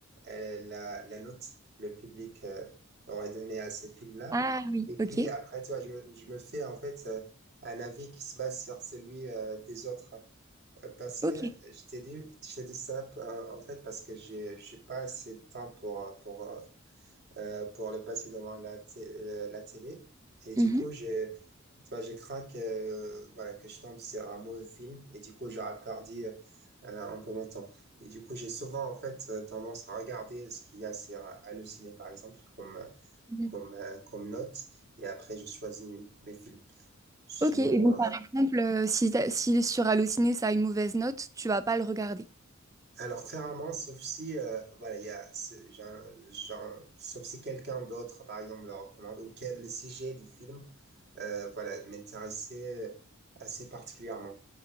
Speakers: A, on the right (about 50°); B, on the right (about 15°).
A: euh, la, la note que le public euh, aurait donnée à ces films-là.
B: Ah oui,
A: Et puis
B: ok,
A: après, tu vois, je me, je me fais en fait euh, un avis qui se base sur celui euh, des autres. Euh, parce
B: ok.
A: que je t'ai dit, je t'ai dit ça euh, en fait parce que j'ai j'ai pas assez de temps pour, euh, pour, euh, euh, pour le passer devant la, té- euh, la télé. Et du
B: Mhm.
A: coup, je, tu vois, je crains que, euh, voilà, que je tombe sur un mauvais film et du coup, j'aurais perdu euh, un peu mon temps. Et du coup, j'ai souvent, en fait, euh, tendance à regarder ce qu'il y a sur euh, Allociné, par exemple, comme, euh,
B: Mhm.
A: comme, euh, comme note. Et après, je choisis mes films. Sinon,
B: Ok, et donc
A: euh,
B: par exemple, euh, si, t'as- si sur Allociné ça a une mauvaise note, tu vas pas le regarder.
A: Alors très rarement, sauf si euh, voilà, il y a, c'est- j'ai un- j'ai un- sauf si quelqu'un d'autre, par exemple, le recommande ou quel le sujet du film, euh, voilà, m'intéressait euh, assez particulièrement.